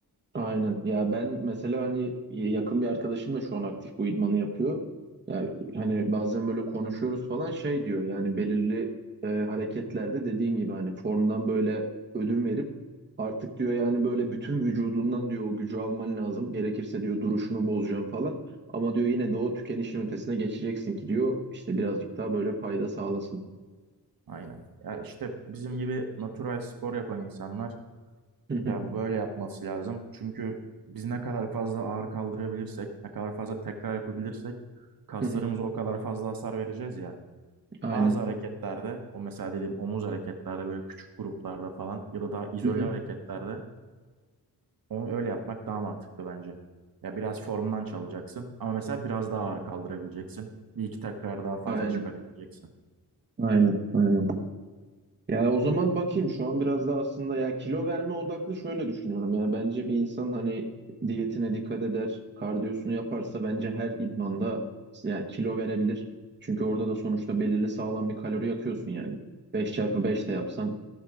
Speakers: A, on the right; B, on the right.
A: Aynen. Ya ben mesela hani y- yakın bir arkadaşım da şu an aktif bu idmanı yapıyor. Yani hani bazen böyle konuşuyoruz falan şey diyor yani belirli e, hareketlerde dediğin gibi hani formdan böyle ödün verip artık diyor yani böyle bütün vücudundan diyor o gücü alman lazım. Gerekirse diyor duruşunu bozacaksın falan. Ama diyor yine de o tükenişin ötesine geçeceksin ki diyor işte birazcık daha böyle fayda sağlasın.
B: Aynen. Ya işte bizim gibi natural spor yapan insanlar
A: Hı hı,
B: Ya böyle yapması lazım. Çünkü biz ne kadar fazla ağır kaldırabilirsek, ne kadar fazla tekrar yapabilirsek kaslarımıza
A: hı hı.
B: o kadar fazla hasar vereceğiz ya.
A: Aynen.
B: Bazı hareketlerde, o mesela dediğim omuz hareketlerde böyle küçük gruplarla falan ya da daha izole
A: Hı hı.
B: hareketlerde onu öyle yapmak daha mantıklı bence. Ya biraz formdan çalacaksın ama mesela biraz daha ağır kaldırabileceksin. Bir iki tekrar daha fazla
A: Aynen.
B: çıkarabileceksin.
A: Aynen. Aynen. Ya o zaman bakayım şu an biraz da aslında ya kilo verme odaklı şöyle düşünüyorum ya bence bir insan hani diyetine dikkat eder, kardiyosunu yaparsa bence her idmanda ya kilo verebilir. Çünkü orada da sonuçta belirli sağlam bir kalori yakıyorsun yani. Beş çarpı 5 de yapsan,